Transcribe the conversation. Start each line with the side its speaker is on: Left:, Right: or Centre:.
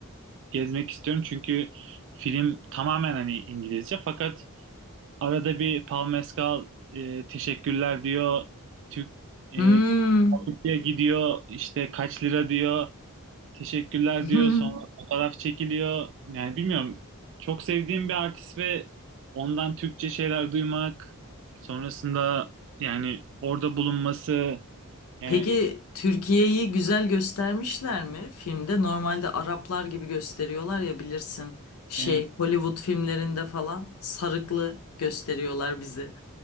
Right: gezmek istiyorum çünkü film tamamen hani İngilizce fakat arada bir Paul Mescal e, teşekkürler diyor. Türk e,
Left: Hmm.
Right: Türkiye gidiyor işte kaç lira diyor. Teşekkürler
Left: <laughs>
Right: diyor. Sonra fotoğraf çekiliyor. Yani bilmiyorum. Çok sevdiğim bir artist ve ondan Türkçe şeyler duymak sonrasında yani orada bulunması yani
Left: Peki Türkiye'yi güzel göstermişler mi filmde? Normalde Araplar gibi gösteriyorlar ya bilirsin. Şey
Right: e,
Left: Hollywood filmlerinde falan sarıklı gösteriyorlar bizi.